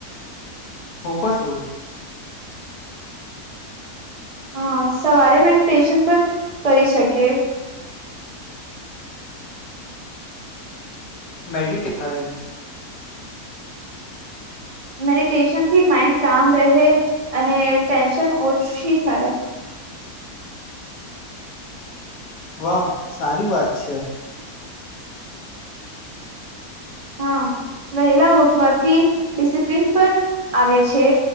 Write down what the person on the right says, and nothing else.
હા સવારે મેડિટેશન પણ કરી શકે
મેડિટેશનથી માઈન્ડ કામ રહે અને ટેન્શન ઓછી થાય.
હા વહેલા ઉઠવાથી ડિસિપ્લિન પણ આવે છે